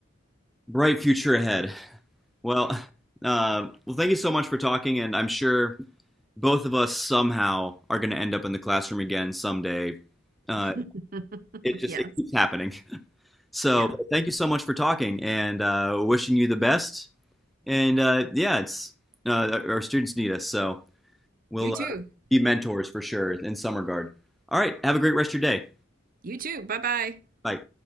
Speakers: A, in the centre; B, on the right.
A: bright future ahead. Well, <laughs> uh, well, thank you so much for talking, and I'm sure both of us somehow are going to end up in the classroom again someday. Uh,
B: <laughs>
A: it just
B: Yes.
A: it keeps happening. <laughs> So
B: Yeah.
A: thank you so much for talking and uh, wishing you the best. And uh, yeah, it's uh, our students need us, so we'll
B: You
A: uh,
B: too.
A: be mentors for sure in some regard. All right, have a great rest of your day.
B: You too. Bye bye.
A: Bye.